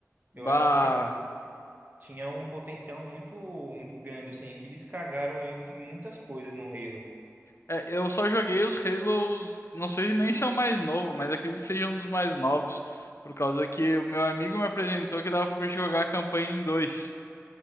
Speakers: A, on the left (about 55°); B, on the right (about 35°).
A: Bah...
B: Eu acho que tinha, tinha um potencial muito, muito grande, assim, é que eles cagaram em, em muitas coisas no Halo.
A: É, eu só joguei os Halos, não sei nem se é o mais novo, mas acredito que seja um dos mais novos, por causa que o meu amigo me apresentou que dava pra jogar a campanha em dois.